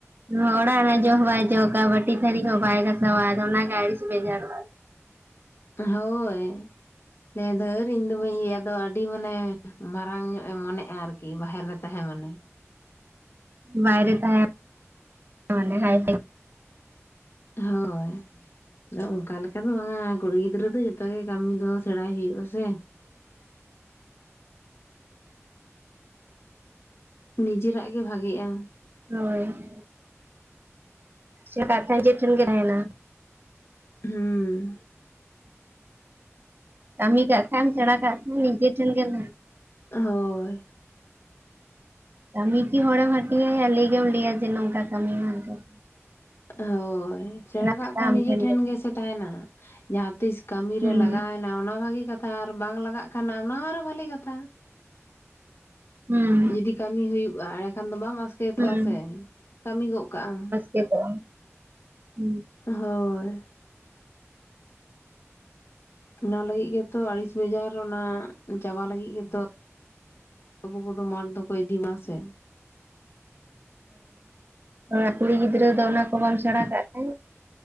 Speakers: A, on the right (about 45°); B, on the left (about 60°).
A: ᱱᱚᱣᱟ ᱚᱲᱟᱜ ᱨᱮ ᱡᱚᱜ ᱦᱚᱸ ᱵᱟᱭ ᱡᱚᱵᱟ ᱵᱟᱹᱴᱤ ᱛᱷᱟᱨᱤ ᱠᱚ ᱵᱟᱭ ᱜᱟᱥᱟᱣᱟ ᱟᱫᱚ ᱚᱱᱟ ᱜᱮ ᱟᱹᱲᱤᱥ ᱵᱮᱡᱟᱨᱚᱜ-ᱟᱭ
B: ᱦᱳᱭ, ᱞᱟᱹᱭᱟᱭ ᱫᱷᱟᱹᱨ ᱤᱧᱫᱚ ᱵᱟᱹᱧ ᱤᱭᱟᱹᱭᱟ ᱟᱫᱚ ᱟᱹᱰᱤ ᱢᱟᱱᱮ ᱢᱟᱨᱟᱝ ᱧᱚᱜ ᱮ ᱢᱚᱱᱮᱜᱼᱟ ᱟᱨᱠᱤ ᱵᱟᱦᱮᱨ ᱨᱮ ᱛᱟᱦᱮᱸ ᱢᱟᱱᱮ
A: ᱵᱟᱭᱨᱮ ᱛᱟᱦᱮᱸ <inaudible> ᱢᱟᱱᱮ ᱦᱟᱭ
B: ᱦᱳᱭ ᱟᱫᱚ ᱚᱱᱠᱟ ᱞᱮᱠᱟ ᱫᱚ ᱵᱟᱝᱟ ᱠᱩᱲᱤ ᱜᱤᱫᱽᱨᱟᱹ ᱫᱚ ᱡᱚᱛᱚ ᱜᱮ ᱠᱟᱹᱢᱤ ᱫᱚ ᱥᱮᱬᱟᱭ ᱦᱩᱭᱩᱜᱼᱟ ᱥᱮ ᱱᱤᱡᱮᱨᱟᱜ ᱜᱮ ᱵᱷᱟᱜᱤᱜᱼᱟ
A: ᱦᱳᱭ <unintelligible> ᱴᱮᱱ ᱜᱮ ᱛᱟᱦᱮᱟᱭᱱᱟ
B: ᱦᱩᱸ
A: ᱠᱟᱹᱢᱤ ᱠᱟᱜ ᱠᱷᱟᱱ ᱥᱮᱬᱟ ᱠᱟᱜ ᱠᱷᱟᱱ ᱱᱤᱡᱮ ᱴᱷᱮᱱ ᱜᱮᱢ
B: ᱦᱳᱭ
A: ᱠᱟᱹᱢᱤ ᱠᱤ ᱦᱚᱲᱮᱢ ᱦᱟᱹᱴᱤᱧᱟᱭᱟ ᱞᱟᱹᱭ ᱜᱮᱢ ᱞᱟᱹᱭᱟ ᱡᱮ ᱱᱚᱝᱠᱟ ᱠᱟᱹᱢᱤ ᱢᱮ ᱢᱮᱱ ᱛᱮᱫ
B: ᱦᱳᱭ ᱥᱮᱬᱟ ᱠᱟᱜ
A: ᱠᱟᱜᱼᱟ
B: ᱠᱷᱟᱱ
A: ᱟᱢ
B: ᱱᱤᱡᱮ ᱴᱷᱮᱱ
A: ᱜᱮ
B: ᱜᱮᱥᱮ ᱛᱟᱦᱮᱱᱟ ᱡᱟᱦᱟᱸᱛᱤᱥ ᱠᱟᱹᱢᱤᱨᱮ
A: ᱦᱩᱸ
B: ᱞᱟᱜᱟᱣᱮᱱᱟ ᱱᱟᱣᱟ ᱱᱟᱣᱟ ᱜᱮ ᱠᱟᱛᱷᱟ ᱟᱨ ᱵᱟᱝ ᱞᱟᱜᱟᱜ ᱠᱟᱱᱟ ᱚᱱᱟ ᱟᱨᱚ ᱵᱷᱟ. ᱞᱤ ᱠᱟᱛᱷᱟ
A: ᱦᱩᱸ
B: ᱡᱩᱫᱤ ᱠᱟᱹᱢᱤ ᱦᱩᱭᱩᱜᱼᱟ ᱮᱸᱰᱮ ᱠᱷᱟᱱ ᱫᱚ ᱵᱟᱢ ᱟᱥᱠᱮᱛᱚᱜᱼᱟ
A: ᱦᱩᱸ
B: ᱥᱮ ᱠᱟᱹᱢᱤ ᱜᱚᱫ ᱠᱟᱜᱼᱟᱢ
A: ᱪᱮᱫᱦᱚᱸ ᱵᱟᱝ ᱦᱚᱸ
B: ᱦᱳᱭ ᱚᱱᱟ ᱞᱟᱹᱜᱤᱫ ᱜᱮᱛᱚ ᱟᱲᱤᱥ ᱵᱟᱡᱷᱟ. ᱜᱼᱟ ᱟᱨ ᱚᱱᱟ ᱪᱟᱵᱟ ᱞᱟᱹᱜᱤᱫ ᱜᱮᱛᱚ ᱟᱵᱚ ᱠᱚᱫᱚ ᱢᱟᱴᱷ ᱫᱚᱠᱚ ᱤᱫᱤ ᱵᱚᱱᱟ ᱥᱮ
A: ᱦᱳᱭ ᱠᱩᱲᱤ ᱜᱤᱫᱽᱨᱟᱹ ᱫᱚ ᱚᱱᱟ ᱠᱚ ᱵᱟᱢ ᱥᱮᱬᱟ ᱠᱟᱜ ᱠᱷᱟᱱ